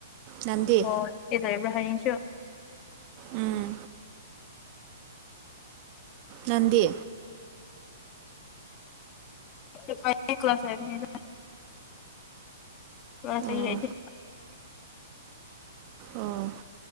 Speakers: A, on the right (about 30°); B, on the left (about 25°).
A: ꯅꯪꯗꯤ
B: ꯑꯣ ꯀꯩꯗꯧꯔꯤꯕ꯭ꯔꯥ ꯍꯥꯌꯦꯡꯁꯨ
A: ꯎꯝ ꯅꯟꯗꯤ
B: ꯇꯨꯞ ꯑꯩꯗꯤ ꯀ꯭ꯂꯥꯁ ꯍꯥꯏꯕꯅꯤꯗ ꯀ꯭ꯂꯥꯁ
A: ꯑꯣ
B: ꯍꯥꯏ ꯑꯩꯗꯤ
A: ꯑꯣ